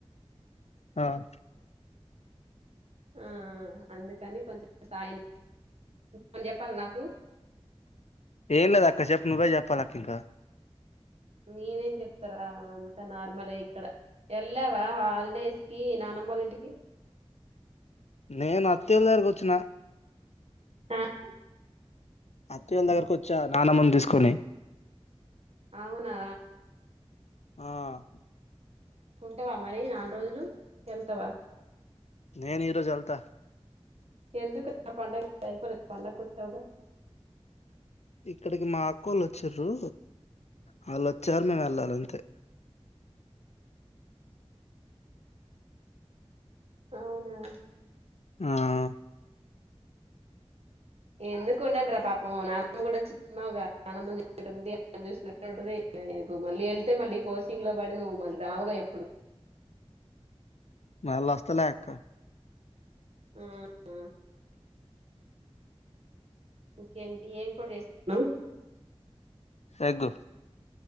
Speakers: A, on the left; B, on the right.
A: ఆహ్.
B: ఉమ్ అందుకని కొంచెం సాయం. అని చెప్పాల్నా నాకు.
A: ఏం లేదాక్క చెప్పు నువ్వే చెప్పాల అక్క ఇంకా.
B: నేనేం చెప్తారా అంతా నార్మలే ఇక్కడ. వెళ్ళావా హాలిడేస్ కి నాన్నమ్మోల ఇంటికి.
A: నేను అత్తయాల్లో దగ్గరికి వచ్చిన.
B: ఆహ్.
A: అత్తయాల్లో దగ్గరకు వచ్చా నాన్నమ్మను తీసుకొని.
B: అవునా.
A: ఆహ్.
B: ఉంటావా మరి నాలుగు రోజులు వెళ్తావ.
A: నేను ఈరోజు ఎల్తా.
B: ఎందుకు రా పండగ అయిపోలే పండగకు వచ్చావుగా.
A: ఇక్కడికి మా అక్కొళ్ళు వచ్చింర్రు వాళ్ళు వచ్చారు నేను వెళ్ళాలి అంతే.
B: అవునా.
A: ఆహ్.
B: ఎందుకు ఉండానిరా పాపం నాన్నమ్మ కూడా వచ్చింది అన్నావ్గా <unintelligible> అదిగ్ మళ్ళీ వెళ్తే మళ్ళీ కోచింగ్ లో పడి నువ్వు మళ్ళీ రావుగా ఎప్పుడు.
A: మల్ల వస్తాలే అక్క.
B: హ్మ్ హ్మ్మ్. ఇంకా ఏంటి ఏం కూర చేసుకున్నావ్.
A: ఎగ్గు.